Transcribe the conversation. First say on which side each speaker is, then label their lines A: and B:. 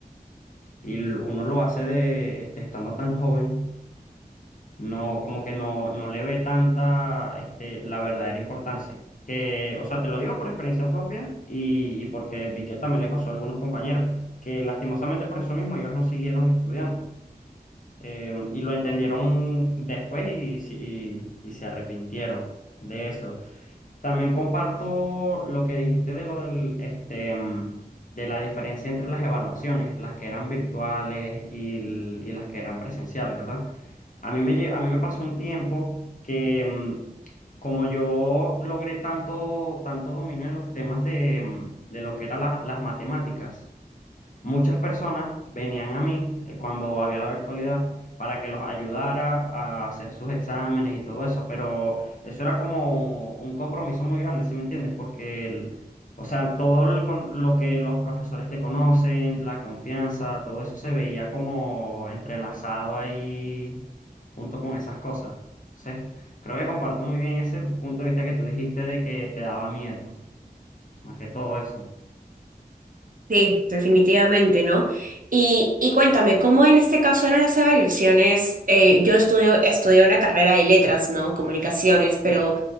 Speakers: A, on the left; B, on the right.
A: y l- uno lo hace de, este, estando tan joven no, como que no, no le ve tanta, este, la verdadera importancia. Que, o sea, te lo digo por experiencia propia y, y porque vi que también le pasó a algunos compañeros, que lastimosamente por eso mismo ellos no siguieron estudiando. Eh, y lo entendieron después y, si- y y se arrepintieron de eso. También comparto lo que dijiste de lo del, este, mm, de la diferencia entre las evaluaciones, las que eran virtuales y, l- y las que eran presenciales, ¿verdad? A mí me, lle- a mí me pasó un tiempo que mm, como yo logré tanto, tanto dominio en los temas de, mm, de lo que eran la- las matemáticas, Muchas personas venían a mí eh, cuando había la virtualidad para que los ayudara a hacer sus exámenes y todo eso, pero eso era como un compromiso muy grande, ¿sí me entiendes? Porque, el- o sea, todo el con- lo que los profesores te conocen, la confianza, todo eso se veía como entrelazado ahí junto con esas cosas. Entonces, creo que comparto muy bien ese punto de vista que tú dijiste de que te daba miedo, más que todo eso.
B: Sí, definitivamente, ¿no? Y, y cuéntame, ¿cómo en este caso eran las evaluaciones? Eh, yo estudio, estudié una carrera de letras, ¿no? Comunicaciones, pero